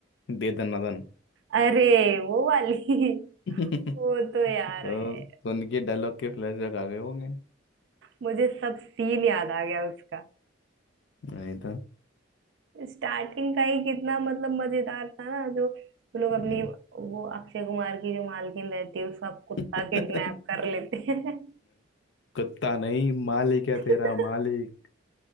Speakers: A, on the left; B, on the right.
A: दे दना दन
B: अरे वो वाली <laughs>
A: <laughs>
B: वो
A: तो
B: तो यार है
A: सुन के डायलॉग के फ्लैशबैक आ गए होंगे
B: मुझे सब सीन याद आ गया उसका।
A: नहीं
B: स्टार्टिंग का ही कितना मतलब मजेदार था ना जो वो लोग अपनी
A: तो
B: वो अक्षय कुमार की जो मालकिन रहती है उसका कुत्ता
A: मैंने,
B: किडनैप कर लेते हैं
A: कुत्ता नहीं मालिक है
B: <laughs>
A: तेरा मालिक